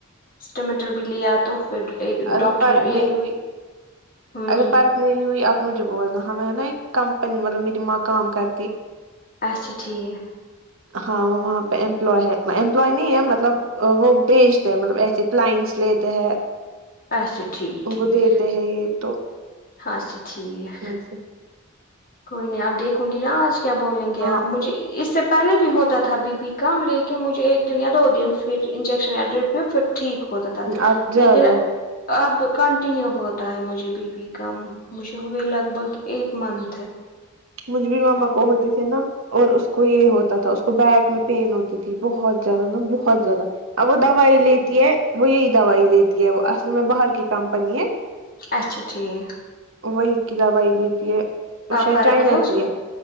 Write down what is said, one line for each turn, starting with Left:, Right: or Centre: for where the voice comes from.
Left: اسٹامیٹل بھی لیا تو پھر ایک
Right: اگر
Left: ڈاکٹر
Right: فرق
Left: نے
Right: نہیں
Left: یہ
Right: ہوئی
Left: ہوں
Right: اگر فرق نہیں ہوئی اب مجھے بولنا ہم ہے نا ایک کمپنی مطلب میری ماں کام کر
Left: اچھا ٹھیک
Right: ہاں وہ وہاں پہ امپلائے ہے امپلائے نہیں ہے مطلب وہ بھیج تے ہے مطلب ایسے کلائنٹس لیتے ہے
Left: اچھا ٹھیک
Right: ان
Left: ٹھیک
Right: کو دیتے ہے یہ تو
Left: ہاں اچھا ٹھیک
Right: کہاں سے
Left: کوئی نہیں آپ دیکھوں گی نا آج کیا بولیں گے
Right: ہاں
Left: آپ مجھے اس سے پہلے بھی ہوتا تھا بی پی کم لے کے مجھے ایک دن یا دو دن پھر انجیکشن یا ڈرپ پھر ٹھیک ہوتا تھا
Right: اب زیادہ
Left: لیکن
Right: ہو
Left: اب کنٹینیو ہوتا ہے مجھے بی پی کم مجھے ہوئے لگ بھگ ایک منتھ ہے
Right: مجھ بھی ماما کو ہوتے تھے نا اور اس کو یہ ہوتا تھا اس وہ بیک میں پین ہوتی تھی بہت زیادہ نا بہت زیادہ اب وہ دوائی لیتی ہے وہ یہی دوائی لیتی ہے وہ اصل میں باہر کی کمپنی ہے
Left: اچھا ٹھیک
Right: وہی کی دوائی لیتی ہے تو شاید
Left: فرق
Right: لیتی
Left: اس میں
Right: ہے